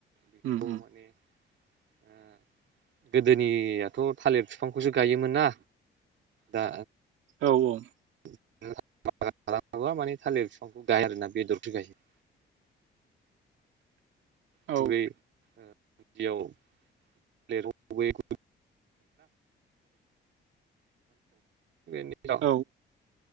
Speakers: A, on the right; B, on the right.
A: बेखौ
B: उम उम
A: माने ओ गोदोनियाथ' थालिर बिफांखौसो गायोमोन ना। दा
B: औ औ।
A: <unintelligible> थालिर बागान खालामोबा माने थालिर बिफांखौ गाय आरोना बेदरथो गायो।
B: औ
A: फुगै। बियाव <unintelligible> <unintelligible>
B: औ